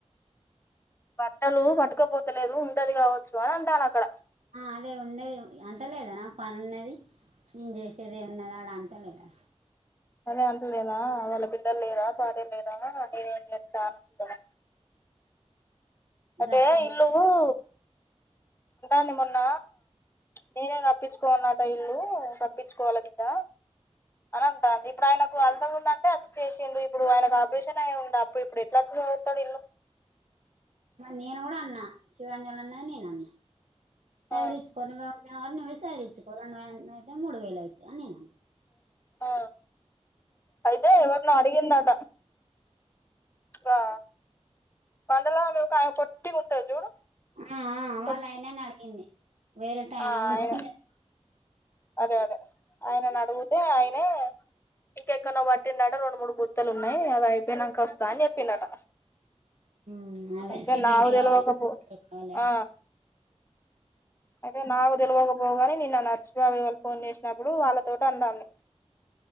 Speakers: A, on the left; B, on the right.
A: బట్టలు పట్టుకపోతలేదు ఉండది కావచ్చు అని అంటాన అక్కడ
B: అదే ఉండేది అంటలేదా నాకు పని ఉన్నది నేను చేసేదే ఉన్నద ఆడ అంటలేదా
A: అదే అంతలేదా వాళ్ళ బిల్లలు లేద భార్య లేదా నేను ఏం చెప్తా అలే అదతే
B: గట్లుంది
A: ఇలుఊరు డి మొన్న నేనే తప్పించుకోన్నట ఇల్లు తప్పించుకోవాలి బిద్ద అని అంటా ఇప్పుడు ఆయనకు అల్థం ఉంద అంటే అచ్చ చేసిడు ఇప్పుడు ఆయనకు ఆపరేషన్ అయిండడు అప్పుడు ఇప్పుడు ఎట్లాచ్చతాడు ఇల్లు
B: నేను కూడా అన్నా శివాంజలు అన్నా నేను అన్నా సదరిచ్చుకో
A: ఆ
B: ను అని విసారించు <inaudible> మూడు వేల అయితాయ్ అని నేనన్న
A: ఆ అయితే ఎవరినో అడిగిందట ఆ పరదా కాకపోతే టి ఉంటాాయి చూడు
B: ఆ వాళ్ళ
A: పొట్
B: ఆయనను అడిగింది వేరేటాయన
A: ఆ
B: ఉంచుకునే
A: ఆయన అదే అదే ఆయన నడగుద్ అంటే ఆయన ఇంకెక్కన పట్టిందట రెండు మూడు గుతులు ఉన్నాయి అవి అయిపోయినాంక వస్తా అని చెప్పిండట
B: మ్ అదే
A: అయితే
B: సిమెంట్
A: నాకు
B: కావాలి
A: తెలవకపో
B: కావాలి
A: ఆ అదే నాకు తెలవకపోవు గాని నిన్న నర్చు బాబాయ్ వాళ్ళ ఫోన్ చేసినప్పుడు వాళ్ళతో ట అన్నా అన్ని